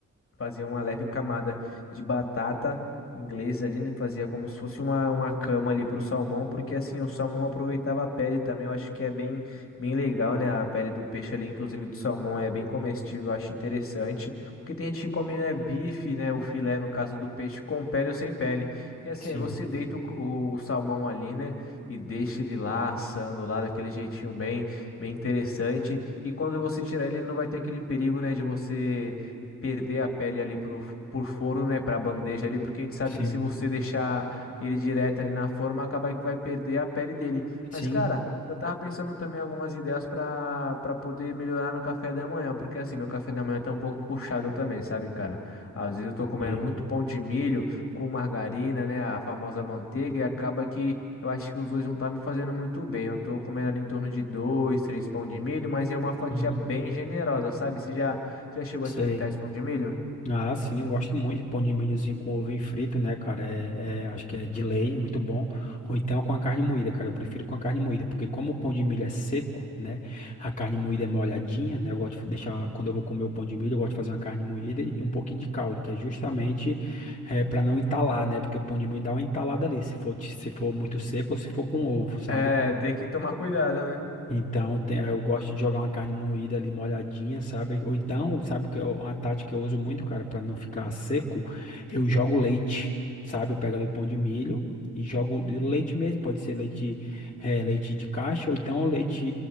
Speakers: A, on the left; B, on the left.
A: Fazia uma leve camada de batata inglesa ali, né? Fazia como se fosse uma, uma cama ali pro salmão, porque assim, o salmão aproveitava a pele também, eu acho que é bem, bem legal, né? A pele do peixe ali, inclusive do salmão, é bem comestível, eu acho interessante. Porque tem gente que come, né, bife, né, o filé, no caso do peixe, com pele ou sem pele. E assim,
B: sim,
A: aí você deita o, o- o salmão ali, né, e deixa ele lá assando lá daquele jeitinho bem, bem interessante. E quando você tirar ele, não vai ter aquele perigo, né, de você perder a pele ali pro, por forno, né, pra bandeja ali, porque a gente sabe
B: sim,
A: que se você deixar ele direto ali na forma, acaba que vai perder a pele dele.
B: sim,
A: Mas, cara, eu tava pensando também algumas ideias pra para poder melhorar no café da manhã, porque assim, meu café da manhã tá um pouco puxado também, sabe, cara? Às vezes eu tô comendo
B: sim.
A: muito pão de milho com margarina, né, a famosa manteiga, e acaba que Eu acho que os dois não tá me fazendo muito bem. Eu tô comendo ali em torno de dois, três pão de milho, mas é uma fatia
B: Uhum,
A: bem generosa, sabe? Você já já chegou
B: sei.
A: a experimentar esse pão de milho?
B: Ah, sim, eu gosto muito de pão de milhozinho com ovo frito, né, cara? É, é- acho que é de lei, muito bom. Ou então com a carne moída, cara. Eu prefiro com a carne moída, porque como o pão de milho é seco, né? A carne moída é molhadinha, né? Eu gosto de deixar, quando eu vou comer o pão de milho, eu gosto de fazer uma carne moída e um pouquinho de caldo, que é justamente é, para não entalar, né? Porque o pão de milho dá uma entalada ali, se for, se for muito seco ou se for com ovo, sabe?
A: É, tem que tomar cuidado, né?
B: Então, tem- eu gosto de jogar uma carne moída ali molhadinha, sabe? Ou então, sabe o que eu- uma tática que eu uso muito, cara, pra não ficar seco, eu jogo leite, sabe? Eu pego ali o pão de milho e jogo de leite mesmo, pode ser leite, eh, leite de caixa ou então leite,